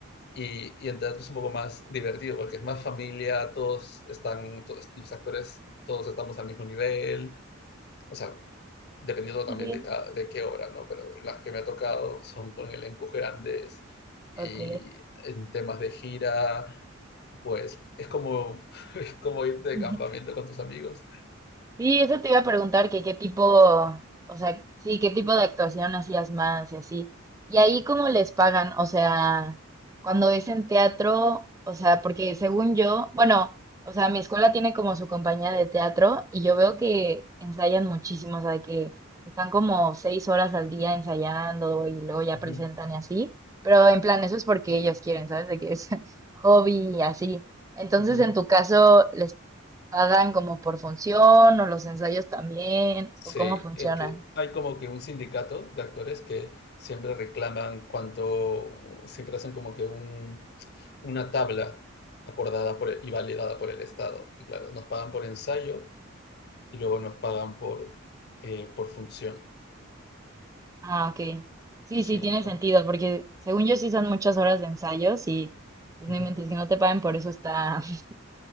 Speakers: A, on the left; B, on the right.
A: Y, y en teatro es un poco más divertido porque es más familia, todos están, todos, los actores, todos estamos al mismo nivel, o sea, dependiendo
B: Sí,
A: también
B: sí.
A: de, cada, de qué obra, ¿no? Pero las que me ha tocado son con elencos grandes y
B: Ok.
A: en temas de gira, pues es como, <laughs> es como irte
B: <laughs>
A: de campamento con tus amigos.
B: Sí, eso te iba a preguntar, que qué tipo, o sea, sí, qué tipo de actuación hacías más y así. Y ahí cómo les pagan, o sea, cuando es en teatro, o sea, porque según yo, bueno, o sea, mi escuela tiene como su compañía de teatro y yo veo que ensayan muchísimo, o sea, que están como seis horas al día ensayando y luego ya
A: Uh
B: presentan
A: -huh.
B: y así, pero en plan, eso es porque ellos quieren, ¿sabes? De que es <laughs> hobby y así. Entonces,
A: Uh -huh.
B: en tu caso, ¿les ¿Pagan como por función o los ensayos también?
A: Sí,
B: ¿O cómo funciona?
A: es que hay como que un sindicato de actores que siempre reclaman cuánto, siempre hacen como que un, una tabla acordada por, y validada por el Estado. Y claro, nos pagan por ensayo y luego nos pagan por, eh, por función.
B: Ah, ok. Sí,
A: Sí.
B: sí, tiene
A: o-
B: sentido, porque según yo sí son muchas horas de ensayos y pues
A: ujú.
B: no inventes que no te paguen por eso está. <laughs>